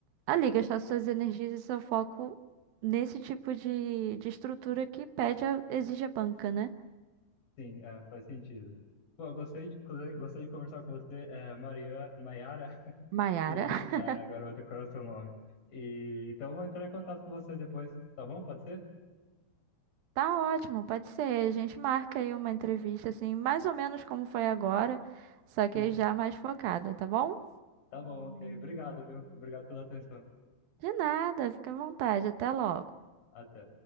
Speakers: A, on the right; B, on the left.
A: ali gastar suas energias e seu foco nesse tipo de, de estrutura que pede a, exige a banca, né?
B: sim, é, faz sentido. Pô, eu gostei de, gostei gostei de conversar com você, é, Maria, Maiara, <laughs>
A: Maiara,
B: e
A: <laughs>
B: tá, agora eu vou decorar seu nome. E, então eu vou entrar em contato com você depois, tá bom? Pode ser?
A: tá ótimo, pode ser. A gente marca aí uma entrevista, assim, mais ou menos como foi agora, só que
B: Sim,
A: aí já mais focada, tá bom?
B: tá bom, ok. Obrigado, viu? Obrigado pela atenção.
A: De nada, fica à vontade, até logo.
B: Até.